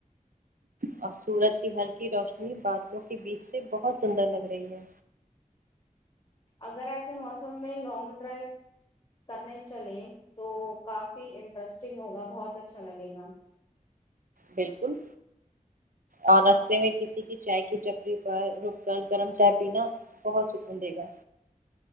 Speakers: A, on the right (about 85°); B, on the left (about 30°).
A: اور سورج کی ہلکی روشنی بادلوں کے بیچ سے بہت سندر لگ رہی ہے
B: اگر ایسے موسم میں لانگ ڈرائیو کرنے چلے تو کافی انٹرسٹنگ ہوگا بہت اچھا لگے گا
A: بالکل اور رستے میں کسی کی چائے کی چپری پر رک کر گرم چائے پینا بہت سکون دے گا